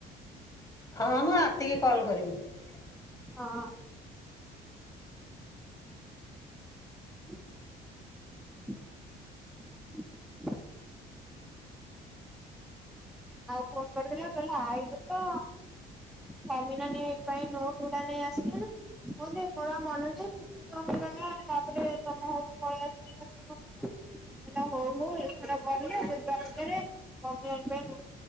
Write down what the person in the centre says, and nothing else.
ହଁ। <unintelligible> ଆଉ ଫୋନ୍ କରିଦଲା, କହିଲା ଆଇଲୁ ତ। କମିନାନୀ ପାଇଁ ନୋଟ ଗୁଡା ନେଇ ଆସିଲୁ ନି? ହଉ ନାଇଁ, ମୋର ଆଉ ମନେ ନାହିଁ, ଛୁଟି ତ ହେଇଗଲା ତାପରେ ତମେ ହ ପଳେଇ ଆସିଲ ହେ ହଉ ହଉ ଏଥର ଗଲେ ସୁଧା ନ